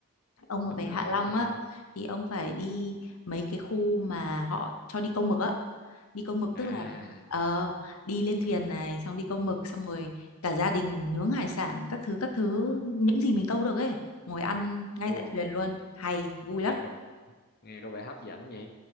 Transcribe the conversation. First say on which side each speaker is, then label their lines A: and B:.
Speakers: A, on the left; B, on the left.
A: ông mà
B: đúng
A: về Hạ
B: rồi đúng
A: Long
B: rồi
A: á thì ông phải đi mấy cái khu mà họ cho đi câu mực á đi câu mực
B: à
A: tức là ờ, đi lên thuyền này xong đi câu mực xong rồi cả gia đình nướng hải sản các thứ các thứ những gì mình câu được ấy ngồi ăn ngay
B: ồ
A: tại thuyền luôn hay vui lắm
B: nghe có nghe có vẻ hấp dẫn nhỉ